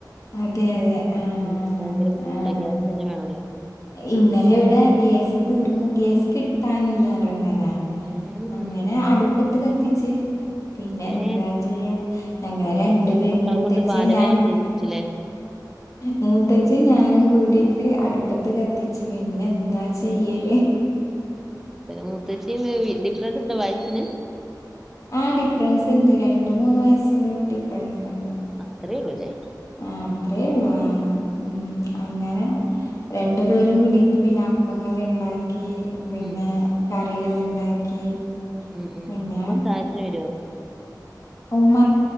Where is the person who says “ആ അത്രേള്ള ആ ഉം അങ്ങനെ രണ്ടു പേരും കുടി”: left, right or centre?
Left